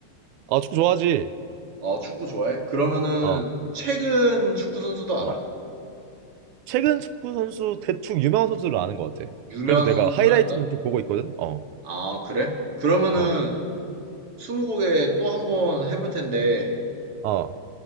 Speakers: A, on the right (about 85°); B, on the right (about 50°).
A: 아, 축구 좋아하지?
B: 어, 축구 좋아해? 그러면은
A: 어,
B: 최근 축구 선수도 알아?
A: 어. 최근 축구 선수 대충 유명한 선수를 아는 것 같아.
B: 유명한
A: 그래도 내가
B: 선수들을
A: 하이라이트는
B: 안다?
A: 좀 보고 있거든. 어,
B: 아, 그래? 그러면은
A: 어,
B: 스무고개 또 한번 해볼 텐데
A: 어.